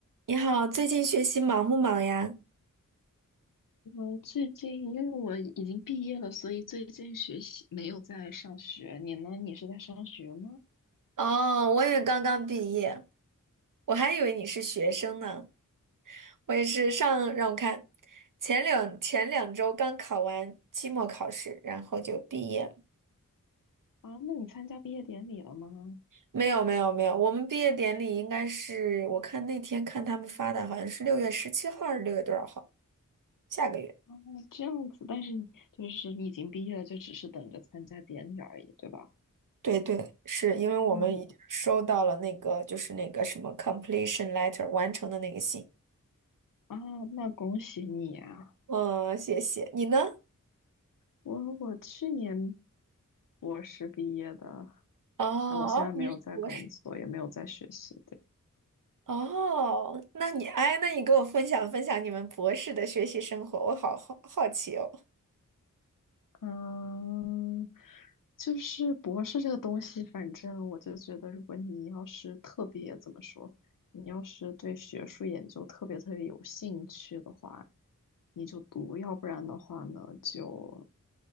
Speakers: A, on the right; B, on the left.
A: 你好，最近学习忙不忙呀？
B: 我最近因为我已经毕业了，所以最近学习没有在上学。你呢？你是在上学吗？
A: 哦，我也刚刚毕业，我还以为你是学生呢。我也是上，让我看，前两前两周刚考完期末考试，然后就毕业了。
B: 啊，那你参加毕业典礼了吗？
A: 没有没有没有，我们毕业典礼应该是，我看那天看他们发的，好像是六月十七号还是六月多少号？下个月。
B: 哦，这样子，但是你就是你已经毕业了，就只是等着参加典礼而已，对吧？
A: 对对，是因为我们已经收到了那个就是那个什么
B: 啊
A: completion letter 完成的那个信。
B: 啊，那恭喜你啊！
A: 嗯，谢谢。你呢？
B: 我我去年博士毕业的，
A: 哦
B: 那我现在没有在工作，
A: 哦你是博士
B: 也没有在学习。对。
A: 哦，那你哎，那你给我分享分享你们博士的学习生活，我好好好奇哦。
B: 嗯，就是博士这个东西，反正我就觉得，如果你要是特别怎么说，你要是对学术研究特别特别有兴趣的话，你就读；要不然的话呢，就